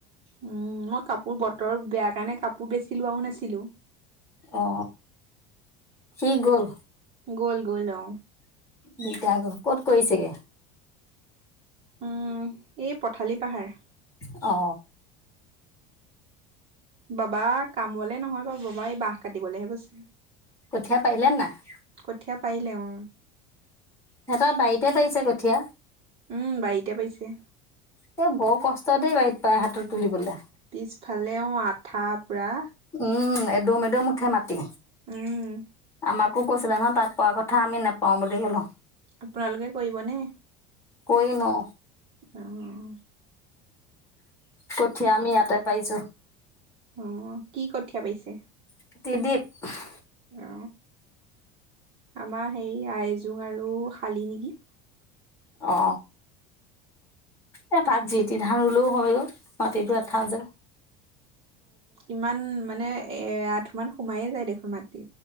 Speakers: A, on the right; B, on the left.
A: উম, মই কাপোৰ বতৰ বেয়া কাৰণে কাপোৰ পোৰ বেছি লোৱাও নাছিলো।
B: অ। সি গ'ল?
A: গ'ল গ'ল অ।
B: দিগদাৰ আক। ক'ত কৰিছেগে?
A: উম, এই পথালি পাহাৰ।
B: অ।
A: বাবা কামলে নহয় বাৰু বাবা এই বাঁহ কাটিবলেহে গৈছে।
B: কঠীয়া পাৰিলে নাই?
A: কঠীয়া পাৰিলে অ।
B: সিহঁতৰ বাৰীতে পাৰিছে কঠীয়া।
A: উম বাৰীতে পাৰিছে।
B: এ বৰ কষ্ট দেই বাৰীত পৰা হাতত তুলিবলে।
A: পিছফালে অ আঠা পুৰা।
B: উম, এদম এদম উঠে মাটি।
A: উম।
B: আমাকো কৈছিলে নহয় তাত পৰা কথা আমি নেপাৰো বুলি ক'লো।
A: আপোনালোকে কৰিবনে?
B: কৰিম অ।
A: উম।
B: কঠীয়া আমি ইয়াতে পাৰিছো।
A: অ। কি কঠীয়া পাৰিছে?
B: ত্ৰিদিপ।
A: অ। আমাৰ হেৰি আইজোং আৰু শালি নিকি।
B: অ, এ তাত যিটি ধান ৰুলেও হয় অ। মাটিটো এঠা যেন।
A: ইমান মানে এয়াঠু মান সোমায়েই যায় দেখোন মাটি।